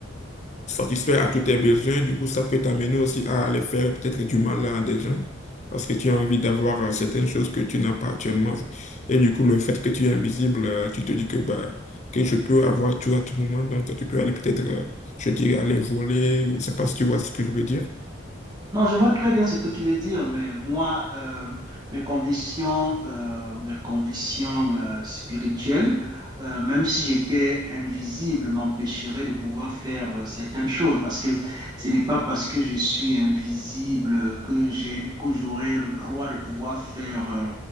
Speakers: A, on the left (about 35°); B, on the right (about 20°).
A: satisfaire à tous tes besoins. Du coup, ça peut t'amener aussi à aller faire peut-être du mal à des gens parce que tu as envie d'avoir euh, certaines choses que tu n'as pas actuellement. Et du coup, le fait que tu es invisible, euh, tu te dis que, bah, que je peux avoir tout à tout moment. Donc, tu peux aller peut-être, euh, je dirais, aller voler. Je ne sais pas si tu vois ce que je veux dire.
B: Non, je vois très bien ce que tu veux dire, mais moi, euh, mes convictions, euh, mes convictions euh, spirituelles, euh, même si j'étais invisible, m'empêcheraient de pouvoir faire euh, certaines choses, parce que ce n'est pas parce que je suis invisible que j'ai, que j'aurai le droit de pouvoir faire euh,